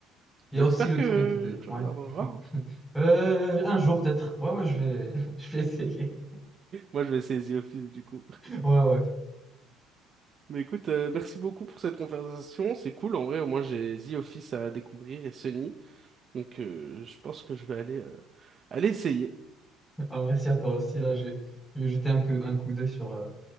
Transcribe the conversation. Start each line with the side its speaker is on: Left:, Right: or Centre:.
Centre: Il y
Right: Mais
Centre: a aussi
Right: j'espère
Centre: le
Right: que
Centre: truc de...
Right: tu
Centre: Ouais.
Right: regarderas. hein.
Centre: <laughs> Euh, un jour peut-être. Ouais, ouais, je vais, <laughs> je vais essayer.
Right: Moi, je vais essayer The Office du coup.
Centre: Ouais, ouais.
Right: Mais écoute, euh, merci beaucoup pour cette conversation. C'est cool. En vrai, au moins, j'ai The Office à découvrir et Sunny. Donc, euh, je pense que je vais aller, euh, aller essayer.
Centre: Ah, merci à toi aussi. Là, je vais, je vais jeter un coup, un coup d'œil sur euh,